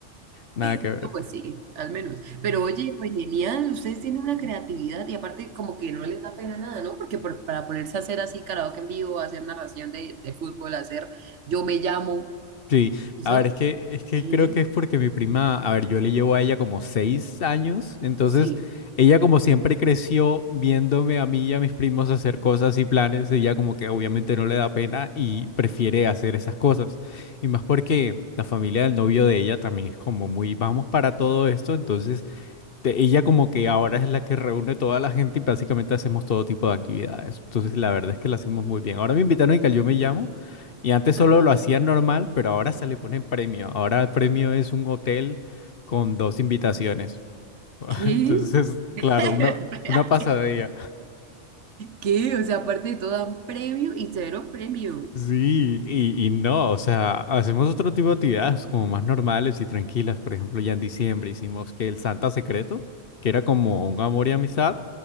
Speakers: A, on the left; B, on the right.
A: nada
B: Eh,
A: que ver.
B: No, Pues sí, al menos. Pero oye, pues genial, ustedes tienen una creatividad y aparte como que no les da pena nada, ¿no? Porque por- para ponerse a hacer así karaoke en vivo, hacer narración de, de fútbol, hacer yo me llamo,
A: Sí,
B: eso,
A: a ver, es que, es que
B: ¿qué?
A: creo que es porque mi prima, a ver, yo le llevo a ella como seis años, entonces
B: Sí,
A: ella como siempre creció viéndome a mí y a mis primos hacer cosas y planes, ella como que obviamente no le da pena y prefiere hacer esas cosas. Y más porque la familia del novio de ella también es como muy, vamos para todo esto, entonces te- ella como que ahora es la que reúne toda la gente y básicamente hacemos todo tipo de actividades. Entonces la verdad es que lo hacemos muy bien. Ahora me invitaron y que al Yo Me Llamo y antes
B: ajá,
A: solo lo hacían normal, pero ahora se le pone premio. Ahora el premio es un hotel con dos invitaciones. <laughs>
B: ¿qué?
A: Entonces,
B: <laughs>
A: claro, una,
B: Espérate.
A: una pasadilla.
B: ¿Qué? O sea, aparte de todo dan premio y cero premio.
A: Sí, y, y no, o sea, hacemos otro tipo de actividades como más normales y tranquilas. Por ejemplo, ya en diciembre hicimos que el Santa Secreto, que era como un amor y amistad.